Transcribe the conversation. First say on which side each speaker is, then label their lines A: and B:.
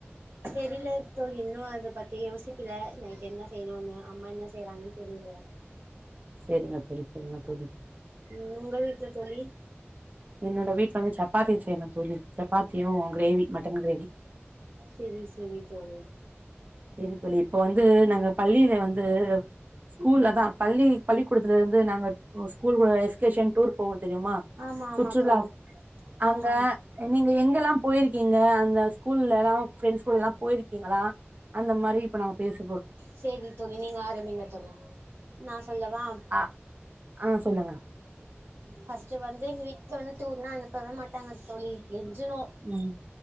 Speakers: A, on the right; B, on the right.
A: தெரியல தோழி இன்னும் அத பத்தி யோசிக்கல நைட்டு என்ன செய்யணும்ன்னு அம்மா என்ன செய்யறாங்கன்னு தெரியல.
B: செரிங்க தோழி செரிங்க தோழி
A: உம் உங்க வீட்டுல தோழி
B: என்னோட வீட் சப்பாத்தி செய்யணும் தோழி சப்பாத்தியும் கிரேவி மட்டன் கிரேவி
A: செரி செரி தோழி
B: இருக் இப்ப வந்து நாங்க பள்ளி க்கே வந்து ஸ்கூல் ஆதான் பள்ளி பள்ளிக்கூடத்துலரந்து நாங்க ஸ்கூல் கூட எகேஷன் டூர் போ தெரியுமா
A: ஆமா
B: சுற்றுலா
A: ஆமா தோழி
B: அங்க
A: ஆமாம்
B: நீங்க எங்கெல்லாம் போயிருக்கீங்க அந்த ஸ்கூல்ல எல்லா ஃப்ண்ட்ஸ் கூட எல்லா போயிருக்கீங்களா அந்த மாரி இப்ப நாங்க பேசு
A: செரி தோழி நீங்க ஆரம்பிங்க தோழி நான் சொல்லவா
B: ஆ ஆ சொல்லுங்க
A: ஃபர்ஸ்ட் வந்து வீட்டு்ல வந்து டூர்னா அனுப்பவே மாட்டாங்க தோழி கெஞ் ஞ்சணு
B: ம்